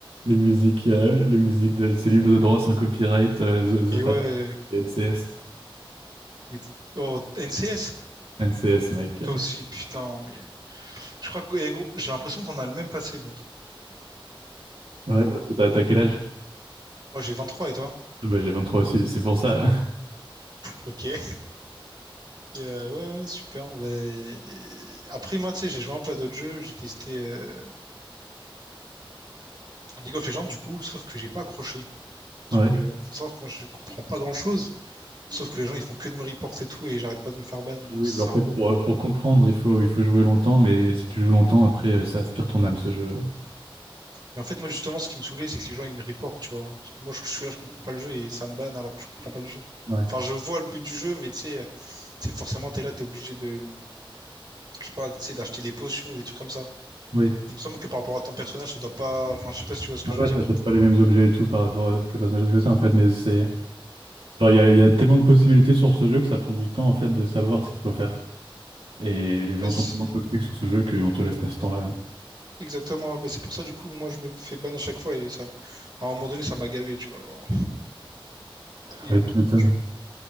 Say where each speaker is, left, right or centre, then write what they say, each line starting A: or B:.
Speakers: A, on the right; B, on the right.
A: les musiques, euh, les musiques de ces livres de droit sans copyright, euh, The,
B: Mais
A: The Fat
B: ouais,
A: Wreck, NCS.
B: mais. Oh, NCS?
A: NCS, mec.
B: Toi aussi, putain. Mais... Je crois que, eh, gros, j'ai l'impression qu'on a le même passé, mec.
A: Ouais, parce que t'as t'as quel âge?
B: Moi j'ai 23 et toi?
A: Ah Bah, j'ai 23 aussi, c'est pour ça. <laughs>
B: Ok. Et, euh, ouais, super. Ben, et- Après, moi, tu sais, j'ai joué un peu à d'autres jeux. J'ai testé. euh, League of Legends, du coup, sauf que j'ai pas accroché. Parce
A: Ouais.
B: que, faut savoir que moi, je comprends pas grand-chose. Sauf que les gens, ils font que de me report et tout, et j'arrête pas de me faire ban, donc
A: Oui,
B: c'est
A: bah, en fait,
B: un peu
A: pour,
B: relou.
A: pour comprendre, il faut, il faut jouer longtemps, mais si tu joues longtemps, après, euh, ça aspire ton âme, ce jeu.
B: Mais en fait, moi, justement, ce qui me saoulait, c'est que les gens, ils me reportent, tu vois. Moi, je, je suis là, je comprends pas le jeu, et ça me banne alors que je comprends pas le jeu.
A: Ouais.
B: Enfin, je vois le but du jeu, mais tu sais, euh, tu sais, forcément, t'es là, t'es obligé de, je sais pas, tu sais, d'acheter des potions ou des trucs comme ça.
A: Oui.
B: Il me semble que par rapport à ton personnage, ça doit pas, enfin, je sais pas si tu vois ce que
A: Ah
B: je
A: ouais,
B: veux dire.
A: t'achètes pas les mêmes objets et tout par rapport à Persona que ça, en fait, mais c'est... Genre, il y a, il y a tellement de possibilités sur ce jeu que ça prend du temps, en fait, de savoir ce qu'il faut faire. Et les
B: Ouais,
A: gens
B: Ben c'est
A: sont tellement toxiques sur ce jeu qu'on te laisse pas ce temps-là.
B: exactement, ben c'est pour ça, du coup, moi, je me fais ban à chaque fois et ça, à un moment donné, ça m'a gavé, tu vois. genre. Et
A: Ouais, tu m'étonnes.
B: tu,